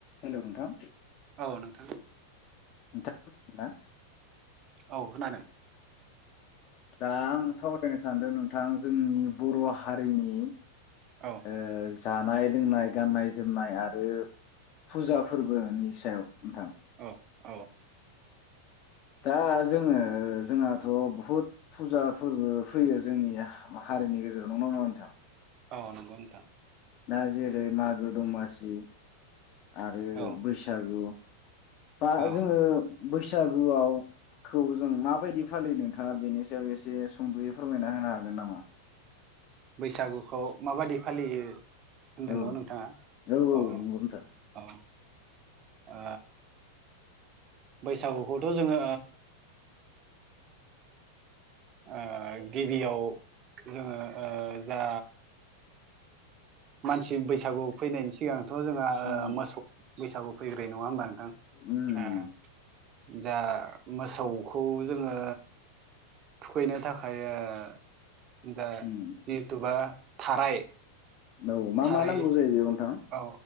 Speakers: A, on the left (about 40°); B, on the right (about 35°).
A: हेल' नोंथां?
B: औ नोंथां।
A: नोंथांआ खोनादोंना?
B: औ खोनादों।
A: दा आं सावरायनो सानदों नोंथां जोंनि बर' हारिनि
B: औ
A: ओ जानाय लोंनाय, गाननाय, जोमनाय आरो फुजा फोरबोनि सायाव। नोंथां।
B: औ औ।
A: दा जोङो जोंहाथ' बुहुद फुजा फोरबो फैयो जोंनि हा-हारिनि गेजेराव नंगौ ना नङा नोंथां?
B: अह नंगौ नोंथां।
A: दा जेरै मागो-दमासि आरो
B: औ
A: बैसागु। बा
B: औ
A: जोङो बै सागुखौ जों माबायदि फालियो नोंथाङा बेनि सायाव एसे सुंद'यै फोरमायना होनो हागोन नामा?
B: बैसागुखौ माबादि फालियो होनदों
A: औ
B: न' नोंथाङा?
A: औ
B: अह
A: नंगौ नोंथां।
B: अह। आ बैसागुखौथ' जोङो ओ गिबियाव जोङो ओ जा मानसि बैसागु फैनायनि सिगां थ' जोंहा
A: उम
B: ओ मोसौ बैसागु फैग्रोयो नङा होमबा नोंथां?
A: उम
B: ओ जा मोसौखौ जोङो थुखैनो थाखाय ओ जा
A: उम
B: जिहेथुबा थाराय
A: औ मा
B: थाराय
A: मा नांगौ जायो बेयाव नोंथां?
B: औ